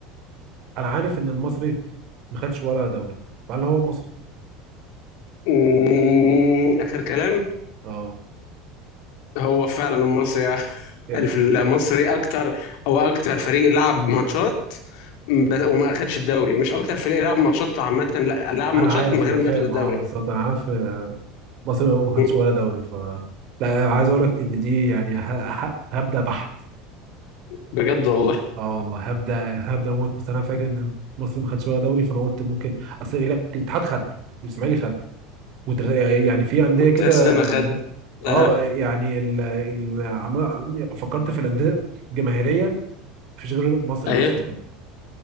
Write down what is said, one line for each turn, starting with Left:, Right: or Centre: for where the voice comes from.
Right: انا عارف ان المصري ما خدش ولا دوري فهل هو المصري؟
Left: أمم، اخر كلام
Right: اه
Left: هو فعلا المصري <laughs>
Right: إيه ده؟
Left: المصري اكتر او اكتر فريق لعب ماتشات ب- وما اخدش الدوري مش اكتر فريق لعب ماتشات عامه لا
Right: <laughs>
Left: لعب
Right: انا
Left: ماتشات
Right: عارف
Left: من غير
Right: انا
Left: ما
Right: فاهم
Left: ياخد الدوري
Right: اه بالظبط انا عارف آه، مصر ما خدتش
Left: أمم،
Right: ولا دوري ف لا عايز اقول لك ان دي يعني ه- ه- هبدا بحت
Left: بجد والله
Right: اه والله هبدا هبدا موت بس انا فاكر ان مصر ما خدتش ولا دوري فانا قلت ممكن اصل لا، الاتحاد خد والاسماعيلي خد والتر- يعني في انديه
Left: والترسانة
Right: كده آه،
Left: خد
Right: جم-
Left: آه.
Right: اه يعني ال... ال... عم... فكرت في الانديه الجماهيريه مفيش غير مصري
Left: ايوه
Right: بس